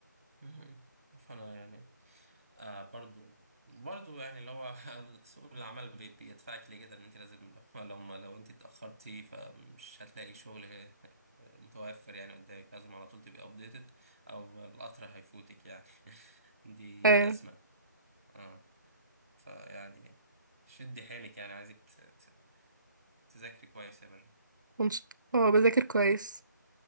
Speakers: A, on the right (about 15°); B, on the right (about 75°).
A: مهم. فأنا يعني آه برضو برضو يعني اللي هو <laughs> سوق العمل بي- بيدفعك لكده ان انت لازم لو <laughs> لو لو انت اتاخرتي فمش هتلاقي شغل <laughs> متوفر يعني قدامك لازم على طول تبقي ابديتد او القطر هيفوتك يعني <laughs> دي
B: اه
A: ازمه اه فيعني شدي حيلك يعني عايزك ت- ت- تذاكري كويس يا مرة
B: ونش- اه بذاكر كويس